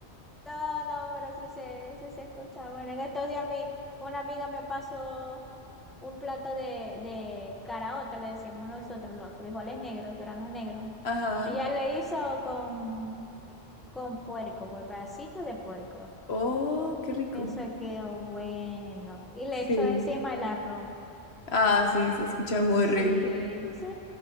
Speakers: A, in the centre; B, on the left.
A: No, no, pero sí se, sí se escucha. Bueno, en estos días mi, una amiga me pasó un plato de, de caraota, le decimos nosotros, los frijoles negros, granos negros.
B: Ajá.
A: Ella le hizo con, con puerco, pues pedacitos de puerco.
B: Oh, qué rico.
A: Eso quedó bueno. Y le echó
B: Sí.
A: encima el arroz.
B: Ah, sí, se escucha muy
A: Sí,
B: rico.
A: sí.